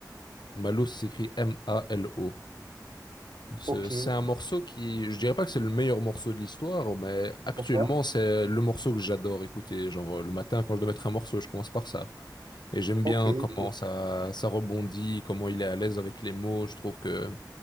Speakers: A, on the left; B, on the right.
A: Malo, ça s'écrit M-A-L-O. C'est
B: Ok,
A: c'est un morceau qui, je dirais pas que c'est le meilleur morceau de l'histoire, mais actuellement
B: d'accord.
A: c'est le morceau que j'adore écouter. Genre le matin quand je dois mettre un morceau, je commence par ça. Et j'aime
B: Ok,
A: bien comment
B: o-
A: ça, ça rebondit, comment il est à l'aise avec les mots. Je trouve que